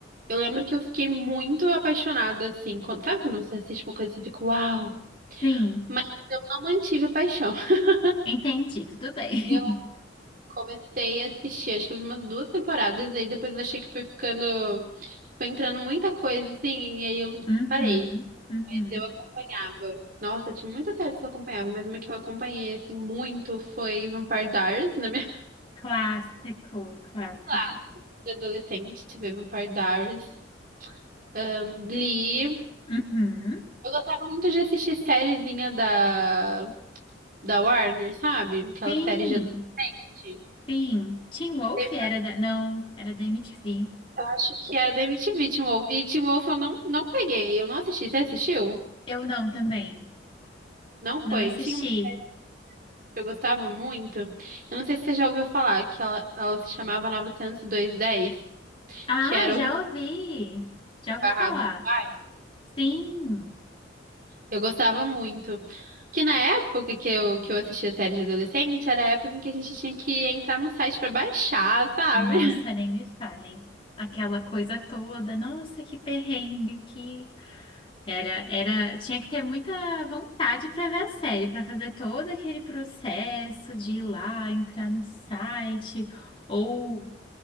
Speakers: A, on the right (about 50°); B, on the left (about 30°).
A: eu lembro que eu fiquei muito apaixonada, assim, quando- sabe quando você assiste uma coisa e você fica, uau!
B: Sim,
A: Mas eu não mantive a paixão. <laughs>
B: entendi, tudo bem.
A: Eu
B: <laughs>
A: comecei a assistir, acho que eu vi umas duas temporadas, e aí depois eu achei que foi ficando, foi entrando muita coisa, assim, e aí eu
B: Uhum,
A: parei.
B: uhum.
A: Mas eu acompanhava. Nossa, tinha muitas séries que eu acompanhava, mas uma que eu acompanhei, assim, muito foi Vampire Diaries, na minha
B: Clássico, clássico.
A: <laughs> Lá, de adolescente, tive Vampire Diaries, um, Glee.
B: Uhum.
A: Eu gostava muito de assistir sériezinha da, da Warner, sabe? Aquela
B: Sim.
A: série de adolescente,
B: Sim, Teen Wolf
A: Teve
B: era
A: uma,
B: da... Não, era da MTV.
A: eu acho que era da MTV, Teen Wolf. E Teen Wolf eu não, não peguei, eu não assisti. Você assistiu?
B: Eu não também.
A: Não
B: Não
A: foi.
B: assisti.
A: Tinha uma série que eu gostava muito. Eu não sei se você já ouviu falar, que ela, ela se chamava 90210,
B: Ah,
A: que era
B: já
A: o
B: ouvi. Já ouvi
A: Barrado
B: falar.
A: do Pai.
B: Sim.
A: Eu gostava muito. Que na época que eu, que eu assistia série de adolescente, era a época em que a gente tinha que entrar no site pra baixar, sabe?
B: Nossa, nem me fale. Aquela coisa toda. Nossa, que perrengue que era, era, tinha que ter muita vontade para ver a série, para fazer todo aquele processo de ir lá, entrar no site ou